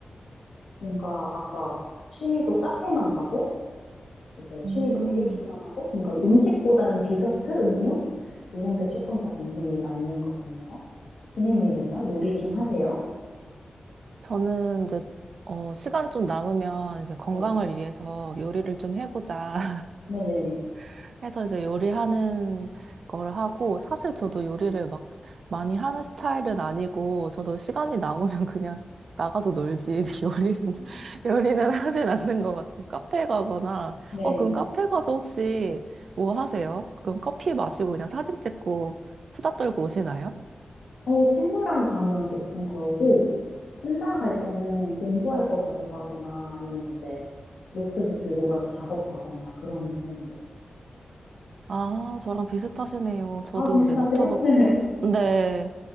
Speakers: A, on the left; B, on the right.
A: 뭔가 아까 취미도 카페만 가고, 이제
B: 음.
A: 취미도 베이킹만 하고, 뭔가 음식보다는 디저트, 음료? 이런 데 조금 더 관심이 많는 것 같네요. 지니님은요? 요리 좀 하세요?
B: 저는 이제 어, 시간 좀 남으면 이제 건강을
A: 네.
B: 위해서 요리를 좀 해보자
A: 네네.
B: <laughs> 해서 이제 요리하는 거를 하고 사실 저도 요리를 막 많이 하는 스타일은 아니고 저도 시간이 남으면 그냥 나가서 놀지 <laughs> 요리는 요리는 하진 않는 것 같아요. 카페 가거나
A: 네.
B: 어 그럼 카페 가서 혹시 뭐 하세요? 그럼 커피 마시고 그냥 사진 찍고 수다 떨고 오시나요?
A: 어, 친구랑 가면 보통 그러고, 혼자 갈 때는 공부할 거 가져가거나 아니면 이제 노트북 들고 가서 작업하거나 그러는 편이에요.
B: 아, 저랑 비슷하시네요. 저도
A: 아, 비슷하세요?
B: 이제 노트북,
A: <laughs> 네.
B: 네,